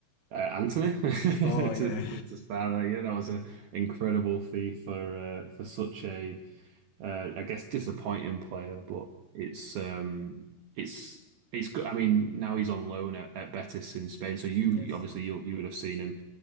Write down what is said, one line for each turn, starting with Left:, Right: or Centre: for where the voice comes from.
Right: uh, Anthony <laughs> to,
Left: Oh yeah.
Right: to to start, like, yeah, that was an incredible fee for uh, for such a uh, I guess disappointing player, but it's um it's it's good. I mean, now he's on loan at, at Betis in Spain, so you
Left: Yes.
Right: obviously you you would have seen him